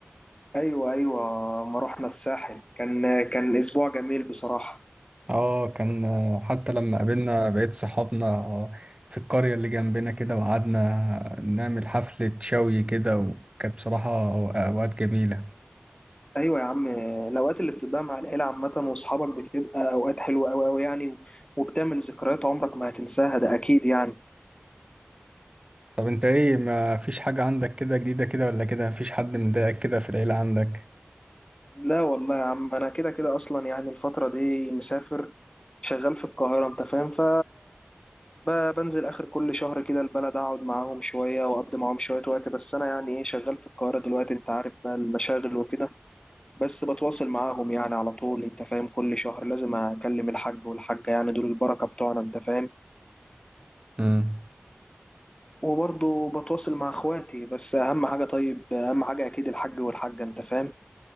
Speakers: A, on the left (about 20°); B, on the right (about 25°).
A: ايوه ايوه ما رحنا الساحل كان كان اسبوع جميل بصراحه
B: اه كان حتى لما قابلنا بقية صحابنا آه، في القرية اللي جنبنا كده وقعدنا نعمل حفلة شوي كده وكانت بصراحة أوقات جميلة
A: ايوه يا عم الاوقات اللي بتضيع مع العيله عامه واصحابك بتبقى اوقات حلوه قوي قوي يعني وبتعمل ذكريات عمرك ما هتنساها ده اكيد يعني
B: طب انت ايه ما فيش حاجة عندك كده جديدة كده ولا كده مفيش حد مضايقك كده في العيلة عندك
A: لا والله يا عم انا كده كده اصلا يعني الفتره دي مسافر شغال في القاهره انت فاهم ف ب- بنزل آخر كل شهر كده البلد أقعد معاهم شوية وأقضي معاهم شوية وقت بس أنا يعني إيه شغال في القاهرة دلوقتي أنت عارف بقى المشاغل وكده بس بتواصل معاهم يعني على طول أنت فاهم كل شهر لازم أكلم الحاج والحاجة يعني دول البركة بتوعنا أنت فاهم
B: امم
A: وبرضه بتواصل مع إخواتي بس أهم حاجة طيب أهم حاجة أكيد الحاج والحاجة أنت فاهم